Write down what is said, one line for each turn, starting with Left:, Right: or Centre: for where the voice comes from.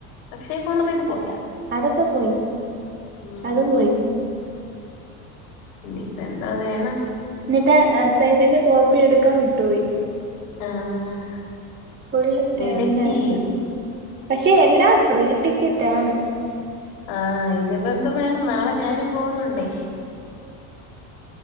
Left: അക്ഷയ് പോണർഞ്ഞിട്ട് പോയാ
Right: അതൊക്കെ പോയി
Left: ഉം
Right: അത് പോയി
Left: ഇനിയിപ്പ എന്തോവേണം
Right: ന്നിട്ട് അസൈമെന്റ് കോപ്പി എടുക്കാൻ വിട്ടുപോയി
Left: ആഹ്
Right: ഫുൾ പ്രാന്ത്
Left: മിടുക്കി
Right: ആയിരുന്നു പക്ഷെ എല്ലാം ഫ്രീ ടിക്കറ്റ് ആണ്
Left: ആഹ് അയ്നിപ്പന്ത് വേണം നാളെ ഞാനും പോവുന്നുണ്ട്